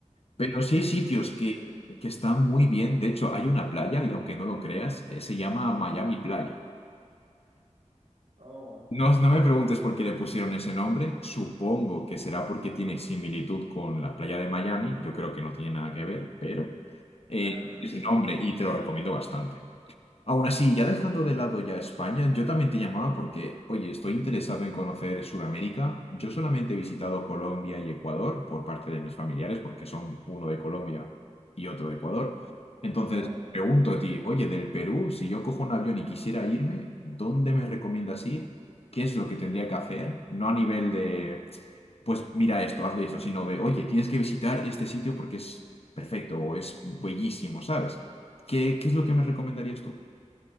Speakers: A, on the left; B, on the right.
A: Pero sí hay sitios que,
B: ok.
A: que están muy bien. De hecho, hay una playa, y aunque no lo creas, eh, se llama Miami Playa.
B: Oh,
A: No, no me preguntes por qué le pusieron ese nombre. Supongo que será porque tiene similitud con la playa de Miami. Yo creo que no tiene nada que ver, pero eh,
B: claro.
A: ese nombre y te lo recomiendo bastante. Aún así, ya dejando de lado ya España, yo también te llamaba porque, oye, estoy interesado en conocer Sudamérica. Yo solamente he visitado Colombia y Ecuador por parte de mis familiares, porque son uno de Colombia y otro de Ecuador. Entonces,
B: Oh.
A: pregunto a ti, oye, del Perú, si yo cojo un avión y quisiera irme, ¿dónde me recomiendas ir? ¿Qué es lo que tendría que hacer? No a nivel de, pues mira esto, hazlo esto, sino de, oye, tienes que visitar este sitio porque es perfecto o es bellísimo, ¿sabes? ¿Qué, qué es lo que me recomendarías tú?